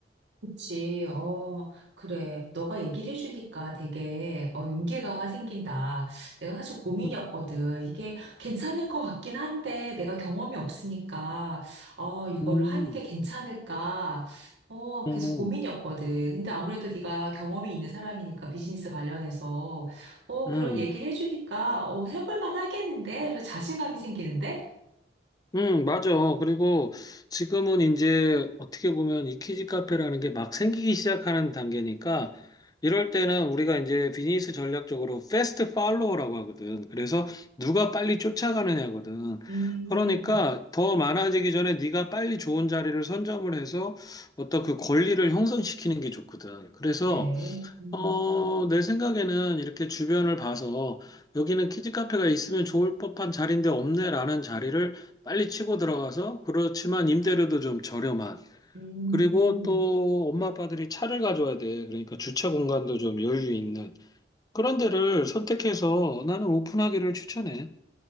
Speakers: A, on the right; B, on the left.
A: 그치, 어, 그래. 너가 얘기를 해주니까 되게, 어, 용기가 생긴다. 내가 사실 고민이었거든.
B: 음,
A: 이게 괜찮을 것 같긴 한데, 내가 경험이 없으니까, 어, 이거를
B: 음,
A: 하는 게 괜찮을까. 어, 계속
B: 음,
A: 고민이었거든. 근데 아무래도 네가 경험이 있는 사람이니까, 비즈니스 관련해서, 어,
B: 음.
A: 그런 얘기를 해주니까, 어, 해볼 만 하겠는데? 그래서 자신감이 생기는데?
B: 응, 맞아. 그리고 지금은 이제 어떻게 보면 이 키즈 카페라는 게 막 생기기 시작하는 단계니까 이럴 때는 우리가 이제 비즈니스 전략적으로 패스트 팔로우라고 하거든. 그래서 누가 빨리 쫓아가느냐거든.
A: 음,
B: 그러니까 더 많아지기 전에 네가 빨리 좋은 자리를 선점을 해서 어떤 그 권리를 형성시키는 게 좋거든. 그래서
A: 그래. 음,
B: 어, 내 생각에는 이렇게 주변을 봐서 여기는 키즈 카페가 있으면 좋을 법한 자리인데 없네라는 자리를 빨리 치고 들어가서 그렇지만 임대료도 좀 저렴한
A: 음.
B: 그리고 또 엄마 아빠들이 차를 가져와야 돼. 그러니까 주차 공간도 좀 여유 있는 그런 데를 선택해서 나는 오픈하기를 추천해.